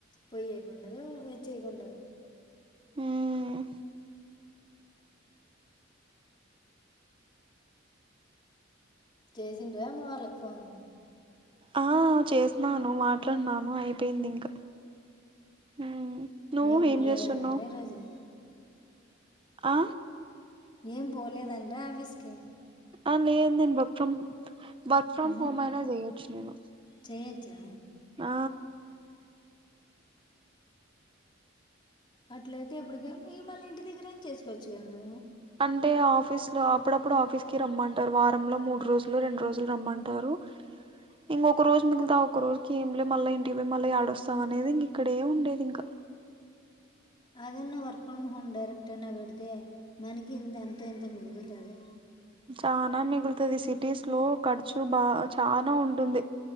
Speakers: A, on the left; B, on the right.
A: పొయ్యేకొండదు వచ్చేకొండదు
B: ఉమ్
A: చేసింటివా అమ్మ వాళ్ళకి ఫోను
B: ఆ చేసినాను మాట్లాడినాను అయిపోయింది ఇంకా మ్మ్ నువ్వు
A: ఏం పోలేదా
B: చేస్తున్నావ్
A: అండే రోజు
B: ఆ
A: ఏం పోలేదండ్రా ఆఫీస్ కి
B: ఆ లేద్ నేను బొప్పామ్ వర్క్ ఫ్రమ్
A: ఉమ్,
B: హోమ్ అయినా చెయొచ్చు నేను
A: చేయొచ్చా
B: ఆ
A: అట్లయితే ఇప్పటికే ఏం మళ్ళీ ఇంటి దగ్గరేం చేసుకోవచ్చు కద నువ్వు
B: అంటే ఆఫీస్ లో అప్పుడప్పుడు ఆఫీస్ కి రమ్మంటారు వారంలో మూడు రోజులు రెండు రోజులు రమ్మంటారు ఇంగ ఒక రోజు మిగిల్త ఆ ఒక్క రోజ్ కి ఏంలే మళ్ళా ఇంటికి ఓయ్ మళ్ళీ ఏడొస్తాం అనేది ఇంగ ఇక్కడే ఉండేది ఇంకా
A: అదన్న వర్క్ ఫ్రమ్ హోమ్ డైరెక్ట్ అయినా పెడితే మనకి అంత ఇంత మిగులుతుంది
B: చానా మిగులుతది సిటీస్ లో ఖర్చు బా చానా ఉంటుంది